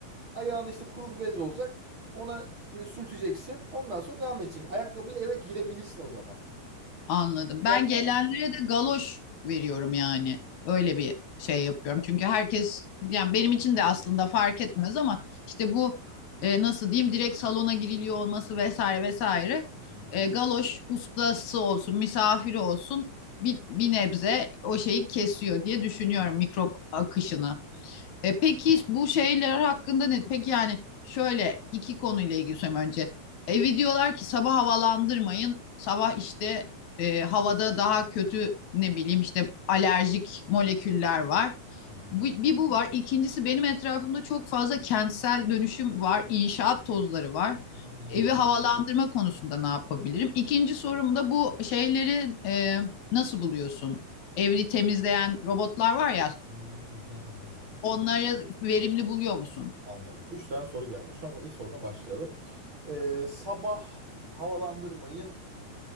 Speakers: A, on the right (about 45°); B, on the left (about 60°).
A: ayağını işte kuru bir bez olacak. Ona böyle sürteceksin. Ondan sonra devam edecek. Ayakkabıyla eve girebilirsin o zaman.
B: anladım.
A: Yapman
B: Ben gelenlere
A: lazım.
B: de galoş veriyorum yani. Öyle bir şey yapıyorum. Çünkü herkes yani benim için de aslında fark etmez ama işte bu e, nasıl diyeyim direkt salona giriliyor olması vesaire vesaire.
A: Hı hı.
B: E, galoş ustası olsun, misafiri olsun bir, bir nebze o şeyi kesiyor diye düşünüyorum mikrop akışını. E, peki bu şeyler hakkında ne? Peki yani şöyle iki konuyla ilgili söyleyeyim önce. Evi diyorlar ki sabah havalandırmayın. Sabah işte e, havada daha kötü ne bileyim işte alerjik moleküller var.
A: Hı hı.
B: Bu, bir bu var. İkincisi benim etrafımda çok fazla kentsel dönüşüm var. inşaat tozları var.
A: Hı
B: Evi Hmm. havalandırma konusunda ne yapabilirim? İkinci sorum da bu şeyleri e, nasıl buluyorsun? Evli temizleyen robotlar var ya
A: hı. Hı hı.
B: onları verimli buluyor musun?
A: Anladım. Üç tane soru geldi. Şu an ilk sorudan başlayalım. Ee, sabah havalandırmayın